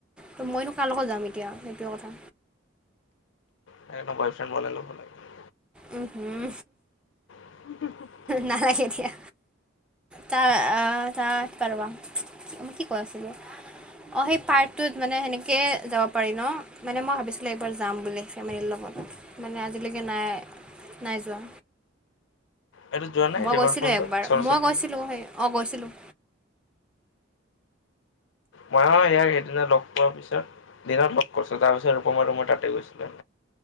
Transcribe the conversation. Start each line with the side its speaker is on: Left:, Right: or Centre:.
Centre: ত মইনো কাৰ লগত যাম এতিয়া। সেইটোৱে কথা
Left: সেইকাৰণে বয়ফ্ৰেণ্ড বনাই ল'ব লাগে।
Centre: উম হম।
Left: <inaudible>
Centre: নালাগে দিয়া। তাৰ আ, তাৰ ৰ'বা ৰ'বা, মই কি কৈ আছিলো? অ', সেই পাৰ্কটোত মানে সেনেকেই যাব পাৰি ন, মানে মই ভাবিছিলো একবাৰ যাম বুলি, ফেমিলীৰ লগত। মানে আজিলৈকে নাই, নাই যোৱা।
Left: এইটো যোৱা নাই
Centre: মই
Left: ৰিভাৰ
Centre: গৈছিলো
Left: ফ্ৰণ্টত
Centre: একবাৰ,
Left: সৰস্বতী
Centre: মই গৈছিলো সেই, অ', গৈছিলো।
Left: ময়ো ইয়াক সেইদিনা লগ পোৱাৰ পিছত দিনত লগ কৰিছো, তাৰপিছত ৰূপম আৰু মই তাতেই গৈছিলো।